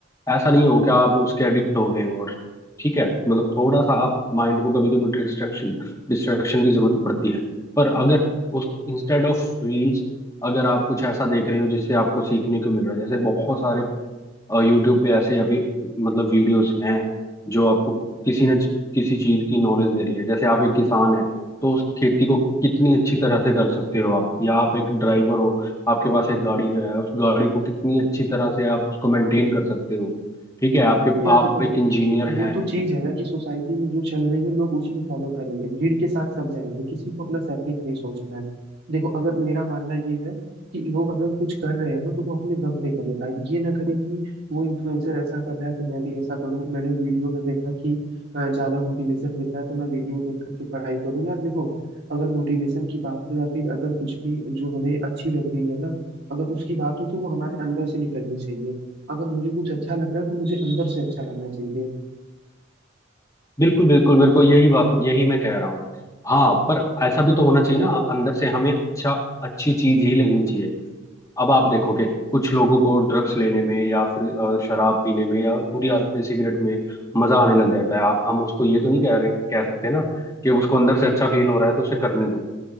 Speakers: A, on the left; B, on the right.
A: ऐसा नहीं हो कि आप उसके एडिक्ट हो गए हो और ठीक है मतलब थोड़ा सा आप माइंड को कभी कभी डिस्ट्रैक्शन डिस्ट्रैक्शन की जरूरत पड़ती है पर अगर उस इंस्टेड ऑफ रील्स अगर आप कुछ ऐसा देख रहे हो जिससे आपको सीखने को मिल रहा है जैसे बहुत सारे और यूट्यूब पे ऐसे अभी मतलब वीडियोस हैं जो आपको किसी न किसी चीज की नॉलेज दे रही है जैसे आप एक किसान है तो उस खेती को कितनी अच्छी तरह से कर सकते हो आप या आप एक ड्राइवर हो आपके पास एक गाड़ी है उस गाड़ी को कितनी अच्छी तरह से आप उसको मेंटेन कर सकते हो ठीक है आपके
B: यार
A: आप
B: देखो
A: एक इंजीनियर
B: वो
A: हैं
B: तो चीज है ना कि सोसाइटी में जो चल रही है लोग उसी को फॉलो करेंगे भीड़ के साथ सब जाएंगे किसी को अपना सेपरेट नहीं सोचना है देखो अगर मेरा मानना ये है कि लोग अगर कुछ कर रहे हैं ना तो वो अपने दम पे करें भाई ये ना करें कि वो इन्फ्लुएंसर ऐसा कर रहा है तो मैं भी ऐसा करूं मैंने वीडियो में देखा कि अ, ज्यादा मोटिवेशन मिल रहा है तो मैं वीडियो देख करके पढ़ाई करूं यार देखो अगर मोटिवेशन की बात हो या फिर अगर कुछ भी जो हमें अच्छी लग रही है ना अगर उसकी बात हो तो वो हमारे अंदर से निकलनी चाहिए अगर मुझे कुछ अच्छा लग रहा है तो मुझे अंदर से अच्छा लगना चाहिए
A: बिल्कुल बिल्कुल मेरे को यही बात यही मैं कह रहा हूँ हाँ पर ऐसा भी तो होना चाहिए ना अंदर से हमें अच्छा अच्छी चीज ही लगनी चाहिए अब आप देखोगे कुछ लोगों को ड्रग्स लेने में या फिर अ, शराब पीने में या पूरी आदतें सिगरेट में मजा आने लग जाता है आप हम उसको ये तो नहीं कह रहे कह सकते ना कि उसको अंदर से अच्छा फील हो रहा है तो उसे करने दो